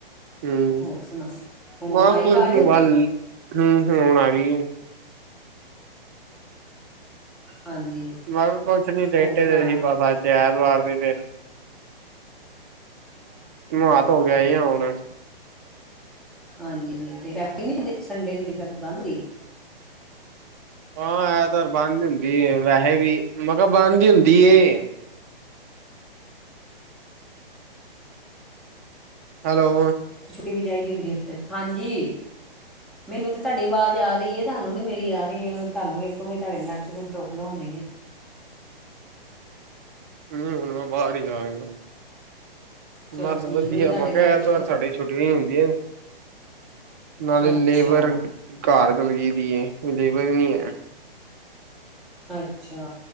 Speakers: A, on the right; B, in the centre.
A: ਹੂੰ
B: ਹੋਰ ਸੁਣਾ ਹੁਣ
A: ਬਸ
B: ਆਈ
A: ਕੁਛ
B: ਆਵਾਜ਼
A: ਨੀ ਵੱਲ ਹੂੰ ਹੂੰ ਹੁਣ ਆ ਗਈ।
B: ਹਾਂਜੀ
A: ਬਸ ਕੁਛ ਨੀ ਲੇਟੇ
B: ਹੋਰ ਸੁਣਾਓ
A: ਦੇ ਸੀ ਬਤਾ ਅਜ ਐਤਵਾਰ ਸੀ। ਫੇਰ ਨਾ ਧੋ ਕੇ ਆਏ ਆ ਹੁਣ।
B: ਹਾਂਜੀ ਤੇ ਫੈਕਟਰੀ ਨਹੀਂ ਹਦੇ ਸੰਡੇ ਨੂੰ ਫੈਕਟ ਬੰਦ ਰਹੀ।
A: ਹਾਂ ਐਤਵਾਰ ਬੰਦ ਹੁੰਦੀ ਵੈਸੇ ਵੀ ਮੈਂ ਕਿਹਾ ਬਣਦੀ ਹੁੰਦੀ ਏ। ਹੈਲੋ,
B: ਟੀ ਵੀ ਚਾਹੀਦੀ ਹੁੰਦੀ ਉੱਥੇ ਹਾਂਜੀ ਮੈਨੂੰ ਤੇ ਤੁਹਾਡੀ ਆਵਾਜ਼ ਆ ਰਹੀ ਹੈ ਤੁਹਾਨੂੰ ਨੀ ਮੇਰੀ ਆ ਰਹੀ ਹੈ ਤੁਹਾਨੂੰ ਵੇਖੋਗੇ ਤੁਹਾਡੇ ਨੈਟ ਚ ਕੋਈ ਪ੍ਰੋਬਲਮ ਹੋਣੀ ਐ।
A: ਨਹੀ ਹੁਣ ਬਾਹਰੀ ਗਿਆ ਹੋਇਆ ਸੀ।
B: ਚਲੋ
A: ਬਸ
B: ਠੀਕ
A: ਵਧੀਆ
B: ਹੋਈ ਤੁਹਾਡੇ
A: ਮੈਂ ਕਿਹਾ
B: ਨੈੱਟ
A: ਐਤਵਾਰ
B: 'ਚ ਪਰ
A: ਸਾਡੀ ਛੁੱਟੀ ਹੋਈ ਹੁੰਦੀ ਆ। ਨਾਲੇ
B: ਅੱਛਾ
A: ਲੇਬਰ ਘਰ- ਗਲਗੀ ਦੀਏ ਮਲੀਵਰ ਨਹੀਂ ਹੈ।
B: ਅੱਛਾ,